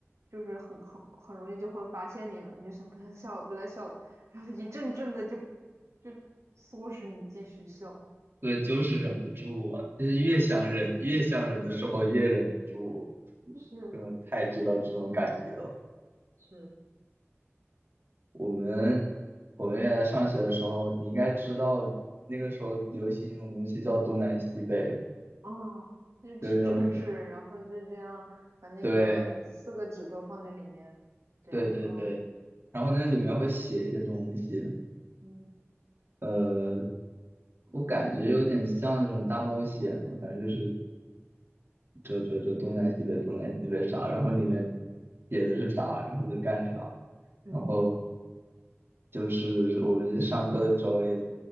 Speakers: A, on the right; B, on the right.
A: 就是很很很容易就会发现你了，你就想不要笑了，不要笑了，然后一阵阵的就就唆使你继续笑，
B: 对，就是忍不住啊，就是越想忍，越想忍的时候越忍不住，
A: 就是
B: 真的太知道这种感觉了。
A: 是，
B: 我们我们原来上学的时候，你应该知道那个时候流行一种东西叫东南西北嘛
A: 啊，就去折纸，
B: 就是用那个，
A: 嗯然后就这样把那个四个指头放在里面，
B: 对
A: 这样，
B: 对对对，
A: 啊
B: 然后那里面会写一些东西，
A: 嗯，嗯
B: 呃，我感觉有点像那种大冒险嘛，反正就是这这这东南西北东南西北啥，然后里面写的是啥，然后就干啥。
A: 嗯，
B: 然后就是我们上课的时候也，